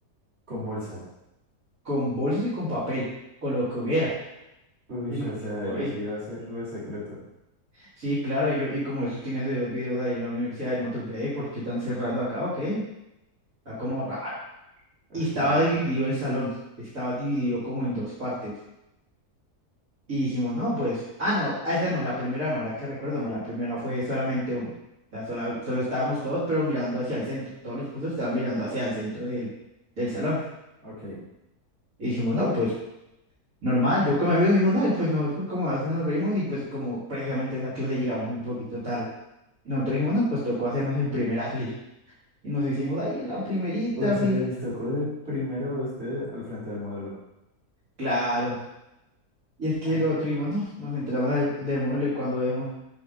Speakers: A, on the right; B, on the right.
A: Con bolsa.
B: con bolsas y con papel, con lo que hubiera.
A: Uy,
B: Y nosotros,
A: o sea,
B: "Uy,
A: eso iba a ser re secreto.
B: sí, claro, y yo, y como esos tienes de los vidrios ahí en la universidad, y nosotros, ve, ¿por qué están cerrando acá? Ok, está como
A: Ok,
B: raro.
A: ok,
B: Y estaba dividido
A: ok.
B: el salón, estaba dividido como en dos partes. Y dijimos, no, pues, ah, no, a esa no, la primera no, ahora que recuerdo, no, la primera fue solamente uno. O sea, sola- solo, estábamos todos, pero mirando hacia el centro. Todos los puestos estaban mirando hacia el centro del, del salón.
A: ok.
B: Y dijimos, no, pues Normal, yo con mi amigo dijimos, no, y pues nosotros como a veces nos reímos y pues como precisamente a esa clase llegamos un poquito tarde. Y nosotros dijimos, no, pues tocó hacernos en primera fila. Y nos hicimos ahí en la primerita
A: O sea,
B: fila.
A: les tocó de primero a usted al frente del modelo.
B: Claro. Y es que
A: Ajá.
B: nosotros dijimos, no, nos entramos del, del modelo y cuando vemos,